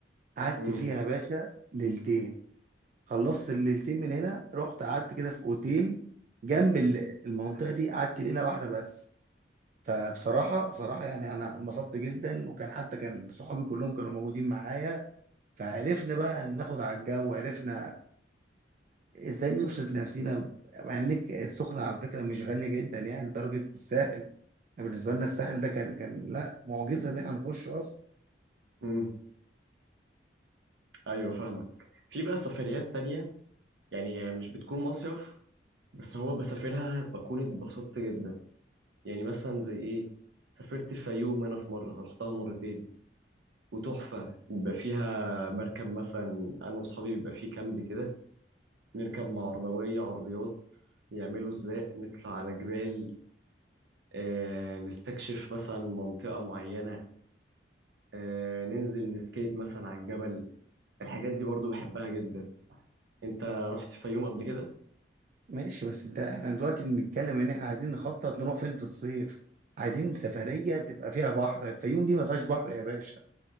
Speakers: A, on the right (about 45°); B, on the right (about 70°).
A: قعدت
B: امم
A: فيها يا باشا ليلتين خلصت الليلتين من هنا رحت قعدت كده في أوتيل جنب ال- المنطقة دي قعدت ليلة واحدة بس فبصراحة بصراحة يعني أنا انبسطت جدا وكان حتى كان صحابي كلهم كانوا موجودين معايا فعرفنا بقى ناخد على الجو عرفنا ازاي نبسط نفسينا مع ان السخنة على فكرة مش غالية جدا يعني درجة الساحل يعني بالنسبة لنا الساحل ده كان كان لا معجزة ان احنا نخش اصلا
B: امم. ايوه فاهمك في بقى سفريات تانية يعني مش بتكون مصيف بس هو بسافرها بكون اتبسطت جدا يعني مثلا زي ايه سافرت الفيوم انا في مرة رحتها مرتين وتحفة بيبقى فيها بركب مثلا انا واصحابي بيبقى فيه كامب كده نركب مع عربوية عربيات يعملوا سباق نطلع على جبال آه نستكشف مثلا منطقة معينة آه ننزل نسكيت مثلا على الجبل الحاجات دي برضو بحبها جدا انت رحت الفيوم قبل كده؟
A: ماشي بس ده احنا دلوقتي بنتكلم ان احنا عايزين نخطط نروح فين في الصيف عايزين سفرية تبقى فيها بحر الفيوم دي ما فيهاش بحر يا باشا